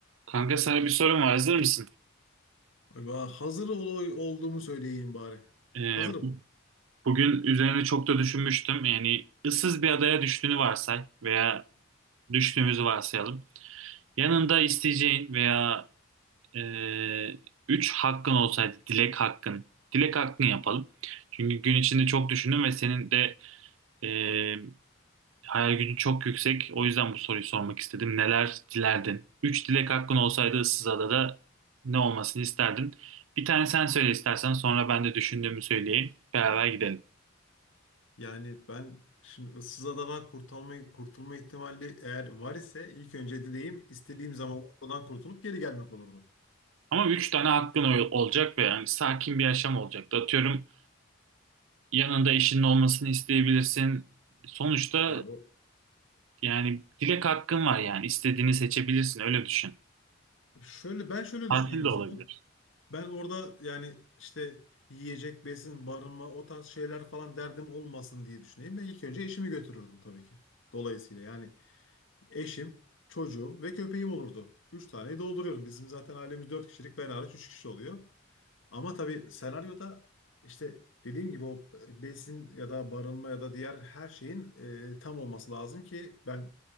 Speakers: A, on the right; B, on the left.
A: Kanka sana bir sorum var. Hazır mısın?
B: Ay ben hazır olay olduğumu söyleyeyim bari.
A: Ee,
B: Hazırım.
A: bugün üzerine çok da düşünmüştüm. Yani ıssız bir adaya düştüğünü varsay veya düştüğümüzü varsayalım. Yanında isteyeceğin veya e, üç hakkın olsaydı, dilek hakkın. Dilek hakkın yapalım. Çünkü gün içinde çok düşündüm ve senin de e, Hayal gücün çok yüksek. O yüzden bu soruyu sormak istedim. Neler dilerdin? Üç dilek hakkın olsaydı ıssız adada ne olmasını isterdin? Bir tane sen söyle istersen sonra ben de düşündüğümü söyleyeyim. Beraber gidelim.
B: Yani ben şimdi ıssız adadan kurtulma, kurtulma ihtimali eğer var ise ilk önce dileğim istediğim zaman oradan kurtulup geri gelmek olurdu.
A: Ama üç tane hakkın ol- olacak ve yani sakin bir yaşam olacak. Atıyorum yanında eşinin olmasını isteyebilirsin. Sonuçta
B: Ya o
A: yani dilek hakkın var yani istediğini seçebilirsin öyle düşün.
B: şöyle ben şöyle
A: Tatil
B: düşüneyim
A: de
B: o
A: olabilir.
B: zaman. Ben orada yani işte yiyecek, besin, barınma o tarz şeyler falan derdim olmasın diye düşüneyim ve ilk önce eşimi götürürdüm tabii ki. Dolayısıyla yani eşim, çocuğum ve köpeğim olurdu. Üç taneyi dolduruyorum. Bizim zaten ailemiz dört kişilik ben hariç üç kişi oluyor. Ama tabii senaryoda işte dediğim gibi o besin ya da barınma ya da diğer her şeyin e, tam olması lazım ki ben